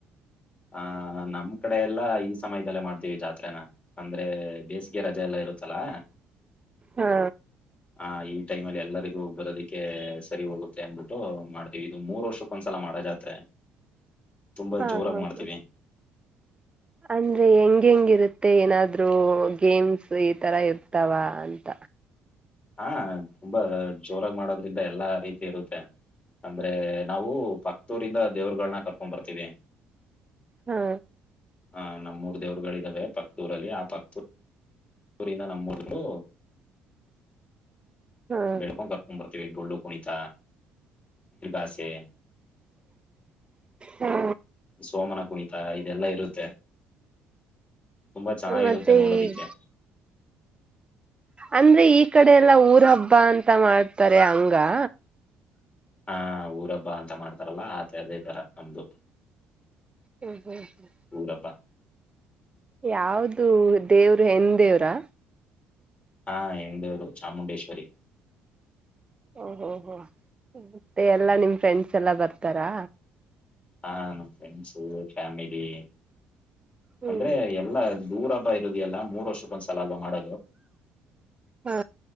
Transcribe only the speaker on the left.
ಆ ಹಾ ನಮ್ ಕಡೆ ಎಲ್ಲಾ ಈ ಸಮಯದಲ್ಲೇ ಮಾಡ್ತೀವಿ ಜಾತ್ರೆೇನ. ಅಂದ್ರೆ ಬೇಸಿಗೆ ರಜೆ ಎಲ್ಲಾ ಇರುತಲ್ಲಾ
ಹ ಈ ಟೈಮ ಅಲ್ಲಿ ಎಲ್ಲರಿಗೂ ಬರೋದಿಕ್ಕೆ ಸರಿ ಹೋಗುತ್ತೆ ಅನ್ಬಿಟ್ಟು ಮಾಡ್ತೀವಿ ಇದು ಮೂರ್ ವರ್ಷಕ್ಕೊಂದ್ಸಲ ಮಾಡೋ ಜಾತ್ರೆ. ತುಂಬಾ
ಜೋರಾಗಿ
ಮಾಡ್ತೀವಿ
ಹಾ ತುಂಬಾ ಜೋರಾಗಿ ಮಾಡೋದ್ರಿಂದ ಎಲ್ಲಾ ರೀತಿ ಇರುತ್ತೆ ಅಂದ್ರೆ ನಾವು ಪಕದೂರಿಂದ ದೇವರುಗಳ್ನ ಕರ್ಕೊಂಡ್ ಬರ್ತೀವಿ.
ಹ ನಮ್ಮ್ ಮೂರ್ ದೇವ್ರುಗಳ ಇದಾವೆ ಪಕದೂರಲ್ಲಿ ಆ ಪಕ ಊರಿನ ನಮ್ಮೂರುಗು
ಬೇಡ್ಕೊಂಡ್ <unintelligible> <unintelligible> ಡೊಳ್ಳು ಕುಣಿತ. <inaudible>
ಸೋಮನ ಕುಣಿತ ಇದೆಲ್ಲ ಇರುತ್ತೆ. ತುಂಬಾ ಚೆನ್ನಾಗಿರುತ್ತೆ
ನೋಡೋದಿಕ್ಕೆ.
ಹಾ ಊರ ಹಬ್ಬ ಅಂತ ಮಾಡ್ತಾರಲ್ಲ ಆತೆ ಅದೇ ತರ ನಮ್ದು.
ಊರಬ್ಬ
ಹಾ ಹೆಣ್ಣ್ ದೇವ್ರು ಚಾಮುಂಡೇಶ್ವರಿ.
ಹಾ ನಮ್ಮ ಫ್ರೆಂಡ್ಸ, ಫ್ಯಾಮಿಲಿ
ಅಂದ್ರೆ ಎಲ್ಲಾ ದೂರ್ ಹಬ್ಬ ಎಲ್ಲ ಮೂರು ವರ್ಷಕ್ಕಂದಂದು ಸಾಲಲ್ ಮಾಡ